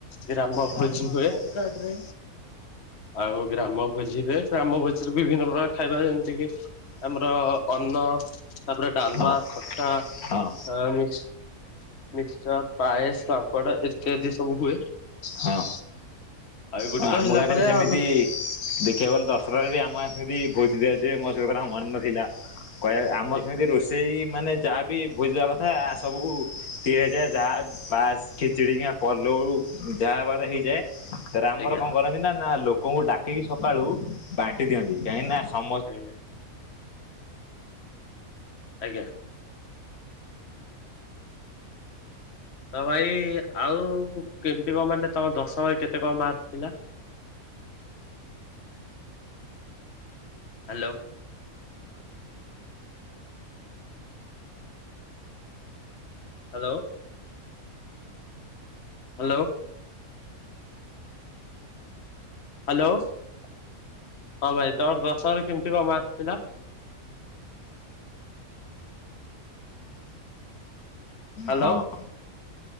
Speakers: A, on the left; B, on the left.
A: ଗ୍ରାମ
B: <inaudible> କଲ
A: ଭୋଜି ହୁଏ
B: କାଟରେ।
A: ଆଉ ଗ୍ରାମ ଭୋଜିରେ ଗ୍ରାମ ଭୋଜିରେ ବିଭିନ୍ନ ପ୍ରକାର ଖାଇବା ଯେମିତି କିି ଆମର ଅନ୍ନ ତାପରେ ଡାଲମା,
B: ହଁ
A: ଖଟା
B: ହଁ
A: ହ ମିକ୍ସଚର, ପାଏସ, ପାମ୍ପଡ ଇତ୍ୟାଦି ସବୁ ହୁଏ।
B: ହଁ
A: ଆଉ ଏଗୁଡିକ
B: ହଁ ଆମ
A: ହେଲା
B: ଗାଁରେ
A: ପରେ
B: ବି ସେମିତି
A: ଆମ
B: ଦେଖିବାକୁ ଗଲେ ଦଶହାରେ ବି ଆମେ ସେମିତି ଭୋଜି ଦିଆଯାଏ ମୋ ସହିତ ମନ ନଥିଲା। କହିବା ଆମର
A: ଆଜ୍ଞା
B: ସେମତି ରୁ ସେଇ ମାନେ ଯାହା ବିି ଭୋଜି ଦବା କଥା ସବୁ ତି ହଜାର ଯାହା ପାସ୍, ଖିଚିଡି, ପଲଉ ଯାହା ହବାର ହେଇଯାଏ। ର ଆମର
A: ଆଜ୍ଞା
B: କଣ କରନ୍ତି ନା ନା ଲୋକଙ୍କୁ ଡାକିକି ସକାଳୁ ବାଣ୍ଟି ଦିଅନ୍ତି କାହିଁକି ନା ସମ
A: ଆଜ୍ଞା ଆଜ୍ଞା। ତ ଭାଇ ଆଉ କେମିତି କଣ ମାନେ ତମ ଦଶମରେ କେତେ କଣ ମାର୍କ ଥିଲା? ହ୍ୟାଲୋ। ହ୍ୟାଲୋ। ହ୍ୟାଲୋ। ହ୍ୟାଲୋ ହଁ ଭାଇ ତମର ଦଶମରେ କେମିତି କଁ ମାର୍କ ଥିଲା? ହ୍ୟାଲୋ
B: ହଁ।